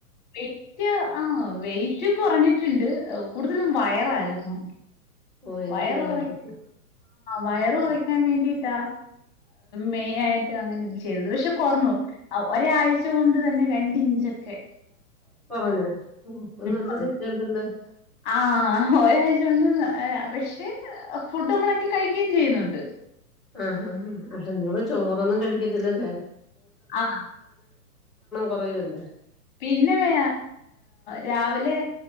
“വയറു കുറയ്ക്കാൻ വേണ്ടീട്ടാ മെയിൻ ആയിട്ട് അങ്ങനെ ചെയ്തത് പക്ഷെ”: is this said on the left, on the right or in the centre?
Left